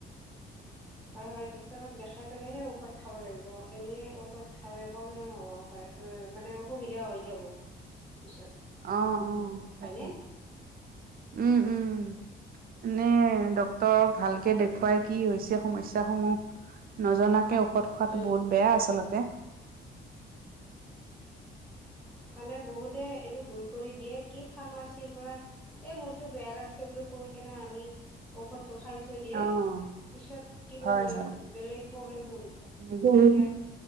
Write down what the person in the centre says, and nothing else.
হয় হয় ডক্তৰক দেখাই পেলাইহে ঔষধ খাব লাগিব, এনেই ঔষধ খালে প্ৰব্লেম হ'ব। হয় মানে অসুবিধা হৈ যাব পিছত।
হয়নে
উম
মানে বহুতে এইটো ভুল কৰি দিয়ে, কি ফাৰ্মাচীৰ পৰা এ মূৰতটো বেয়া লাগিছে বুলি কৈ কেনে আনি ঔষধটো খাই থৈ দিয়ে।
পিছত কিবা
বেলে
বেলেগ প্ৰব্লেম হৈ যায়,
সেইকা